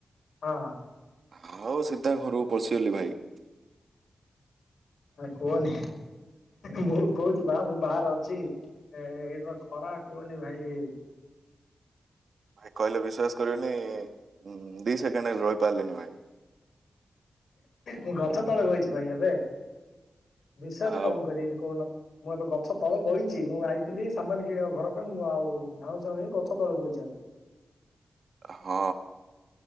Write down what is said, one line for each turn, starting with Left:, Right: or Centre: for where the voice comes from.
Left: ହଁ ହ
Right: ହଉ ସିଧା ଘରକୁ ପଶିଗଲି ଭାଇ
Left: କୁହନି ମୁଁ କହୁଛି ବା ମୁଁ ବାହାରେ ଅଛି ଏଇଟର ଖରା କୁହନି ଭାଇ
Right: କହିଲେ ବିଶ୍ଵାସ କରିବନି ଦି ସେକେଣ୍ଡ ର ପାରିଲିନି ଭାଇ,
Left: ମୁଁ ଗଛ ତଳେ ବଇଛି ଭାଇ ଏବେ, ବିଶ୍ଵାସ
Right: ଆଉ
Left: କଣ କରିବିନି କହୁନ, ମୁଁ ଏବେ ଗଛ ତଳେ ବଇଛି ମୁଁ ଆଇଥିଲି ସାମାନ କିଣିବା ଘର ପାଇଁ ମୁଁ ଆଉ ଧାଉଁ ସାଉ ହୋଇ ଗଛ ତଳେ ବଇଛି ଏବେ
Right: ହଁ।